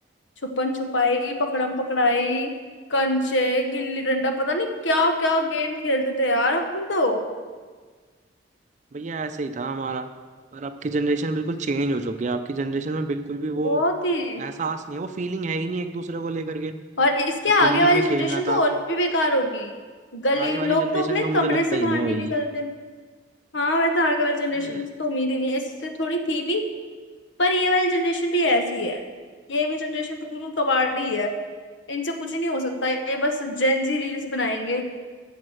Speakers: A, on the left; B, on the right.
A: छुपन छुपाई पकड़म पकड़ाई कंचे गिल्ली डंडा पता नहीं क्या क्या गेम खेलते थे यार हम तो
B: भैया ऐसे ही था हमारा पर आपकी जनरेशन बिल्कुल चेंज हो चुकी है आपकी जनरेशन में बिल्कुल भी वो
A: बहुत ही
B: एहसास नहीं है वो फीलिंग है ही नहीं एक दूसरे को लेकर के
A: और इसके
B: जो
A: आगे
B: गली
A: वाली
B: में
A: जनरेशन
B: खेलना
A: तो
B: था
A: और भी बेकार होगी गली
B: आगे वाली
A: लोग
B: जनरेशन
A: तो अपने
B: तो मुझे
A: कमरे
B: लगता
A: से
B: ही
A: बाहर
B: नहीं होएगी
A: नहीं निकलते हाँ वैसे आगे वाली जनरेशन
B: अरे,
A: तो उम्मीद ही नहीं है इससे थोड़ी थी भी पर ये वाली जनरेशन भी ऐसी है ये भी जनरेशन बिल्कुल कबाड़ी है इनसे कुछ ही नहीं हो सकता ये बस जेन जी रील्स बनाएंगे